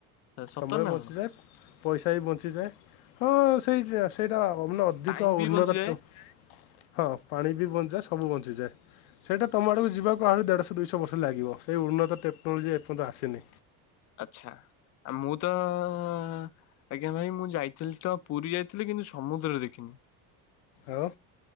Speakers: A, on the left; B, on the left.
A: ସେ ସତର
B: ସମୟ
A: ନା
B: ବଞ୍ଚିଯାଏ
A: କଣ?
B: ପଇସା ବି ବଞ୍ଚିଯାଏ। ହଁ ସେଇଟା ସେଇଟା ଅନଅ ଅଧିକ
A: ଟାଇମ ବି
B: ଉନ୍ନତ
A: ବଞ୍ଚିଯାଏ
B: ହଁ ପାଣି ବି ବଞ୍ଚିଯାଏ ସବୁ ବଞ୍ଚିଯାଏ। ସେଇଟା ତୁମ ଆଡ଼କୁ ଯିବାକୁ ଆହୁରି ଦେଢ଼ଶହ ଦୁଇଶହ ବର୍ଷ ଲାଗିବ ସେଇ ଉନ୍ନତ ଟେକ୍ନୋଲୋଜି ଏପର୍ଯ୍ୟନ୍ତ ଆସିନି।
A: ଆଛା ଆ ମୁଁ ତ ଆଜ୍ଞା ଭାଇ ମୁଁ ଯାଇଥିଲି ତ ପୁରୀ ଯାଇଥିଲି କି କିନ୍ତୁ ସମୁଦ୍ରରେ ଦେଖିନି।
B: ଆଉ